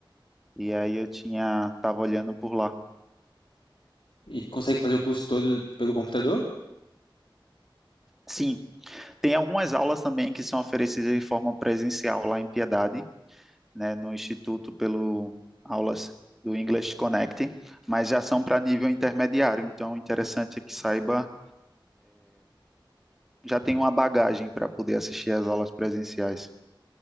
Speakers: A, in the centre; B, on the left.
A: E aí eu tinha, estava olhando por lá.
B: E consegue fazer o curso todo pelo computador?
A: Sim, tem algumas aulas também que são oferecidas de forma presencial lá em Piedade, né, no Instituto pelo aulas do English Connect, mas já são para nível intermediário, então o interessante é que saiba, já tem uma bagagem para poder assistir às aulas presenciais.